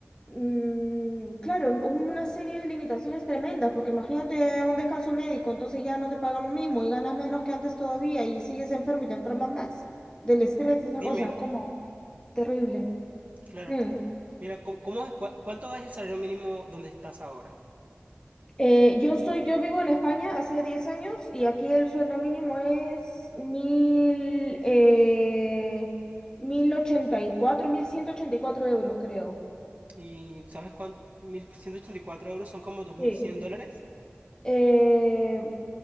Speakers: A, on the left; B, on the right.
A: mm, claro, una serie de limitaciones tremendas, porque imagínate un descanso médico, entonces ya no te pagan lo mismo y ganas menos que antes todavía y sigues enfermo y te enfermas más del estrés y esas
B: Dime,
A: cosas, como terrible.
B: Claro.
A: Mm.
B: Mira, ¿cómo, cómo es- cua- cuánto es el salario mínimo donde estás ahora?
A: Eh, yo soy, yo vivo en España hace 10 años y aquí el sueldo mínimo es mil, eh, mil ochenta y cuatro mil ciento ochenta y cuatro euros, creo.
B: Y ¿sabes cuánto? mil ciento ochenta y cuatro euros son como dos
A: Sí.
B: mil cien dólares.
A: Eh,